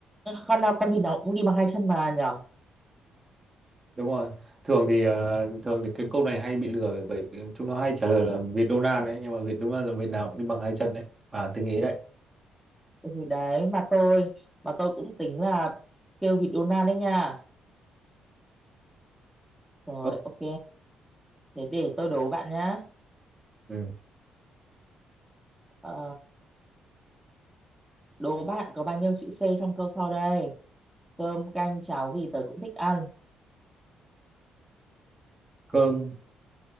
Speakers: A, in the centre; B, on the right.
A: con nào con vịt nào cũng đi bằng hai chân mà nhở?
B: đúng rồi thường thì ờ, thường thì cái câu này hay bị lừa bởi bởi vì chúng nó hay trả lời là vịt Donald đấy nhưng mà vịt đúng là vịt nào cũng đi bằng hai chân đấy à tinh ý đấy
A: Ừ, đấy mà tôi mà tôi cũng tính là kêu vịt Donald đấy nha. Rồi
B: Ơ,
A: ok, thế để tôi đố bạn nhá.
B: ừ.
A: Ờ, đố bạn có bao nhiêu chữ C trong câu sau đây? Cơm, canh, cháo gì tớ cũng thích ăn.
B: cơm